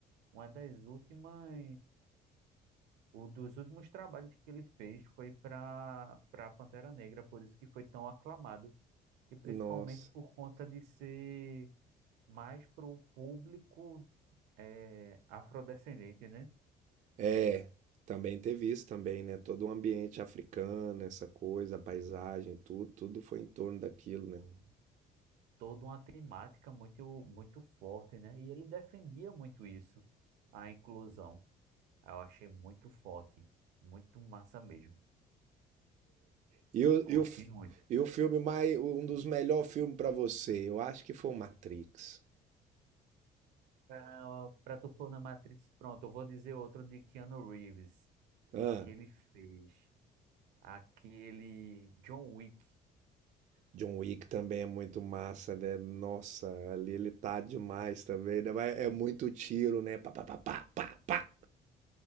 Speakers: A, on the right; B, on the right.
A: uma das últimas O dos últimos trabalhos que ele fez foi para para Pantera Negra, por isso que foi tão aclamado, e principalmente
B: Nossa.
A: por conta de ser mais para o público eh, afrodescendente, né?
B: É, também teve isso também, né? Todo o ambiente africano, essa coisa, a paisagem, tudo, tudo foi em torno daquilo, né?
A: Uhum. Toda uma temática muito, muito forte, né? E ele defendia muito isso, a inclusão. Eu achei muito forte, muito massa mesmo.
B: E o,
A: Curti
B: e o, f-
A: muito.
B: e o filme mais, um dos melhores filmes pra você, eu acho que foi o Matrix.
A: Para tu for na Matrix, pronto, eu vou dizer outro de Keanu Reeves,
B: Ah,
A: que ele fez. Aquele John Wick.
B: John Wick também é muito massa, né? Nossa, ali ele tá demais
A: E
B: também, né? Mas É muito tiro, né? Pá, pá, pá, pá, pá, pá.